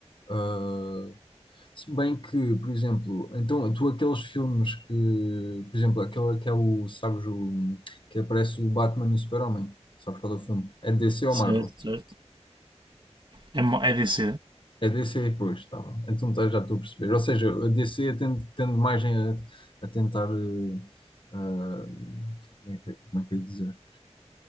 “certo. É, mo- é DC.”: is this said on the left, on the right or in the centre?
Right